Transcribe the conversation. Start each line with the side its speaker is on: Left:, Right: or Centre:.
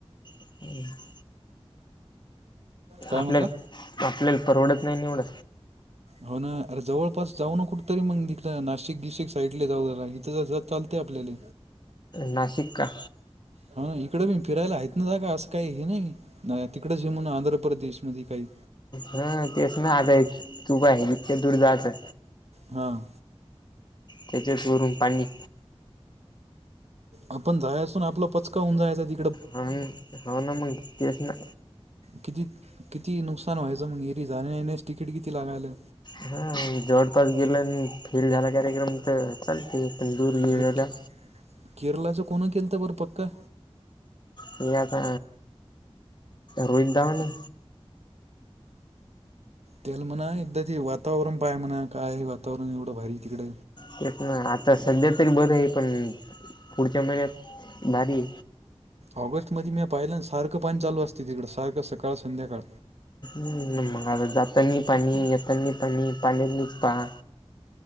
Left: <inaudible>
Right: काय
Left: आपल्याला
Right: म्हणला
Left: आपल्याला परवडत नाही ना एवढं?
Right: हो ना अरे जवळपास जाऊ न कुठ तरी मग इकडं नाशिक गीशीक साईडला जाऊ इथं चालतय आपल्याला
Left: नाशिक का?
Right: हा ना इकडे बी फिरायला आहेत ना जागा? असं काही हे नाही नाही तिकडेच हे म्हणून आंध्रप्रदेशमध्ये काही?
Left: हं तेच ना आता तु पाय इतक्या दूर जायचं?
Right: हां
Left: त्याचेच वरून पाणी
Right: आपण जायाचो आणि आपला पचका होऊन जायचा ति
Left: हा हाव ना मग तेच ना
Right: किती किती, नुकसान व्हायचं मग येरी जाणे येण्याच तिकीट किती लागायल?
Left: हं जवळपास गेल आणि फेल झाला कार्यक्रम तर चालते तंदूर <unintelligible>
Right: हे के- केरलाचं कोण केल तर बरं पक्कं?
Left: ते आता रोहित दादा नी
Right: त्याला म्हणा एकदा ते वातावरण पाहे म्हणा काय हाय वातावरण एवढं भारीय तिकडं
Left: तेच ना आता सध्या तरी बरंय पण पुढच्या महिन्यात भारी
Right: ऑगस्टमध्ये म्या पाहिलं ना सारखं पाणी चालू असते. तिकडं सारखं सकाळ संध्याकाळ
Left: हं मग आता जातानी पाणी येतानी पाणी पाणी नुसतं पहा